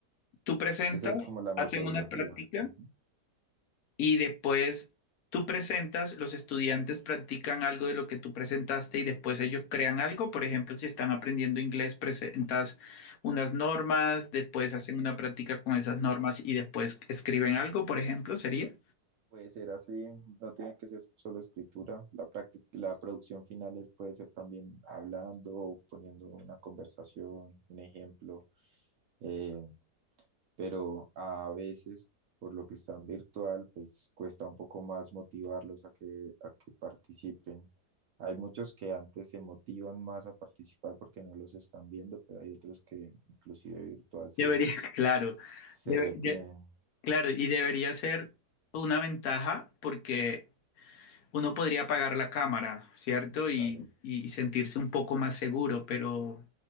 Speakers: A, on the left; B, on the right.
A: tú presentas,
B: esa es como la metodología.
A: hacen una práctica.
B: Ujú.
A: y después tú presentas, los estudiantes practican algo de lo que tú presentaste y después ellos crean algo. Por ejemplo, si están aprendiendo inglés, presentas unas normas, después hacen una práctica con esas normas y después escriben algo, por ejemplo, sería.
B: Puede ser así, no tiene que ser solo escritura. La práctica, la producción final es- puede ser también hablando, poniendo una conversación, un ejemplo. eh, pero a veces, por lo que están virtual, pues cuesta un poco más motivarlos a que, a que participen. Hay muchos que antes se motivan más a participar porque no los están viendo, pero hay otros que inclusive virtual se,
A: Debería, <laughs> claro,
B: se
A: debe-
B: retienen.
A: de- claro, y debería ser una ventaja porque uno podría apagar la cámara, ¿cierto? Y,
B: Claro.
A: y sentirse un poco más seguro, pero,